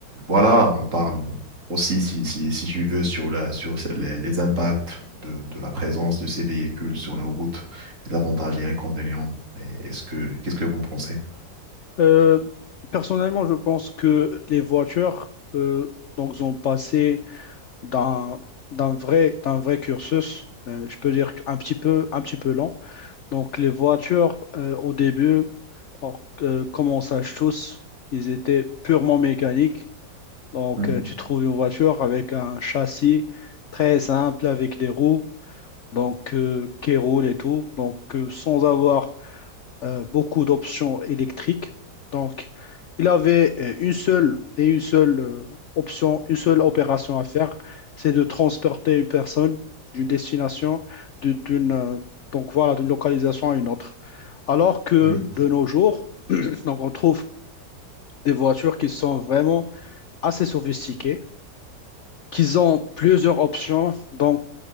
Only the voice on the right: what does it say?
voilà, on parle aussi, si, si, si tu veux, sur la, sur les, les impacts de, de la présence de ces véhicules sur nos routes, les avantages et inconvénients. Et Est-ce que, qu'est-ce que vous en pensez?
Mhm.
Mhm.